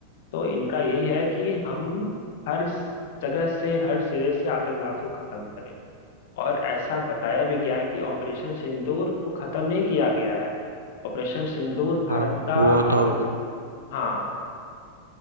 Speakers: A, on the left; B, on the right.
A: तो इनका यही है कि हम हर जगह से हर सिरे से आतंकवाद को खत्म करें और ऐसा बताया भी गया है कि ऑपरेशन सिंदूर को खत्म नहीं किया गया है ऑपरेशन सिंदूर भारत
B: हाँ
A: का
B: वो
A: आतंक
B: तो अभी
A: हाँ